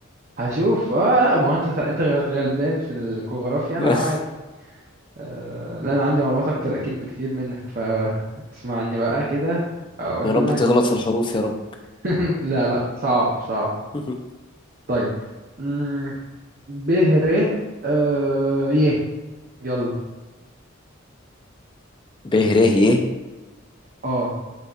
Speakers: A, on the right; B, on the left.
A: هشوف اه لا ما هو انت انت غلبان في الجغرافيا
B: <laughs>
A: انا عارف آه لا انا عندي معلومات اكتر اكيد بكتير منك فاسمعني بقى كده اقول
B: يا رب
A: لك
B: تغلط في الحروف يا رب
A: <laughs> لا لا صعب صعب
B: <laughs>
A: طيب امم ب ر آه يه يلا
B: ب ر ي
A: اه